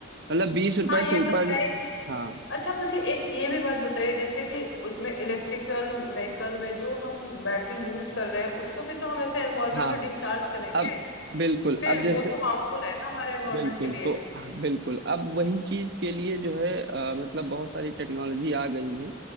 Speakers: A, on the right; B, on the left.
A: मतलब बीस रुपए
B: हाँ ये
A: से ऊपर
B: तो
A: ने-
B: है कि
A: हाँ
B: अच्छा मुझे एक ये भी बात बताइए जैसे कि उसमें इलेक्ट्रिकल व्हीकल में जो हम बैटरी यूज कर रहे हैं उसको भी तो हम ऐसे एनवायरनमेंट
A: हाँ
B: में डिस्चार्ज करेंगे
A: अब बिल्कुल
B: फिर
A: अब जैसे
B: वो तो हार्मफुल है ना हमारे एनवायरनमेंट
A: बिल्कुल
B: के लिए
A: तो हाँ, बिल्कुल अब वही चीज के लिए जो है अ, मतलब बहुत सारी टेक्नोलॉजी आ गई है